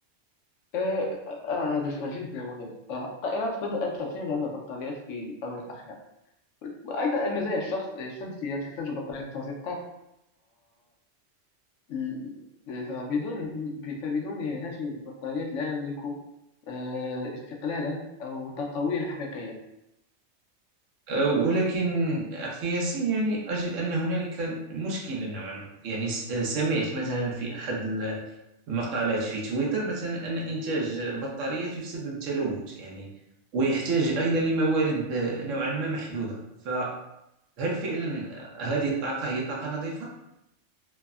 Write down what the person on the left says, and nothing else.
آه، آه، هذا سؤال جدا مهم آه، الطائرات بدأت تعتمد على البطاريات في الآونة الأخيرة وأيضا المزارع الشخص الشمسية تحتاج بطاريات لتغذية الطاقة ل- فبدون ب- فبدون هذه البطاريات لا نملك آه، استقلالا أو طاقويا حقيقيا
نعم.